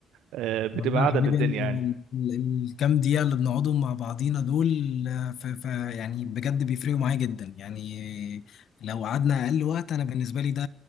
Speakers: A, on the right; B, on the left.
A: آه بتبقى
B: والله
A: قاعده
B: يا حبيبي
A: بالدنيا
B: انا
A: يعني
B: ال- الكام دقيقه اللي بنقعدهم مع بعضينا دول آه، ف ف يعني بجد بيفرقوا معايا جدا يعني لو قعدنا اقل وقت انا بالنسبه لي ده